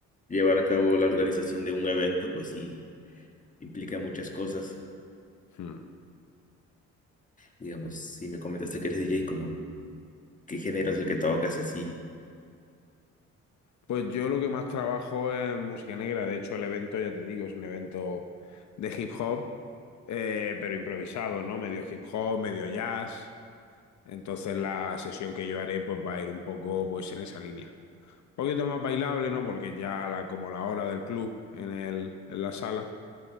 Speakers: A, on the left; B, on the left.
A: Llevar a cabo la organización de un evento, pues sí, implica muchas cosas.
B: Hmm.
A: Digamos, si me comentaste que eres DJ, qué género es el que tocas y así.
B: Pues yo lo que más trabajo es música negra. De hecho, el evento, ya te digo, es un evento de hip hop, eh, pero improvisado, ¿no? Medio hip hop, medio jazz. Entonces la sesión que yo haré, pues va a ir un poco, pues, en esa línea. Un poquito más bailable, ¿no? Porque ya la, como la hora del club en el, en la sala.